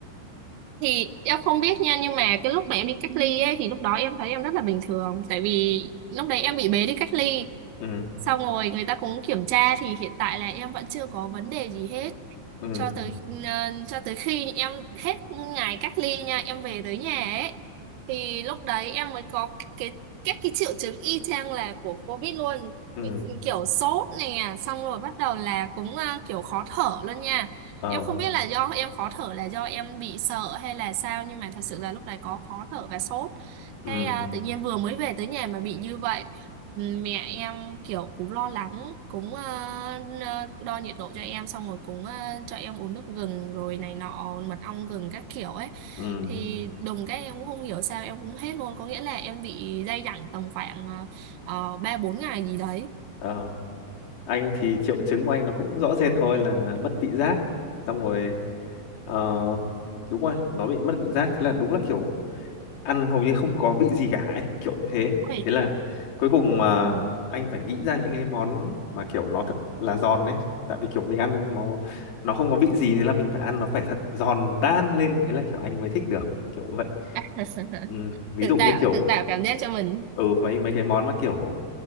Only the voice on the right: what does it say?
thì em không biết nha nhưng mà cái lúc mà em đi cách ly ấy, thì lúc đó em thấy em rất là bình thường tại vì lúc đấy em bị bế đi cách ly
xong rồi người ta cũng kiểm tra thì hiện tại là em vẫn chưa có vấn đề gì hết
cho tới ờ, cho tới khi em hết ngày cách ly nha em về tới nhà ấy thì lúc đấy em mới có cái các cái triệu chứng y chang là của COVID luôn
kiểu sốt nè xong rồi bắt đầu là cũng ờ, kiểu khó thở luôn nha
em không biết là do em khó thở là do em bị sợ hay là sao nhưng mà thật sự là lúc đấy có khó thở và sốt
cái à, tự nhiên vừa mới về tới nhà mà bị như vậy Ừ, mẹ em kiểu cũng lo lắng cũng ờ, ờ, đo nhiệt độ cho em xong rồi cũng ờ, cho em uống nước gừng rồi này nọ mật ong gừng các kiểu ấy
thì đùng cái em cũng không hiểu sao em cũng hết luôn có nghĩa là em bị day dẳng tầm khoảng ờ, ờ, ba bốn ngày gì đấy
Ôi.
Ừ.
<laughs>
tự
tạo
tự tạo cảm giác cho mình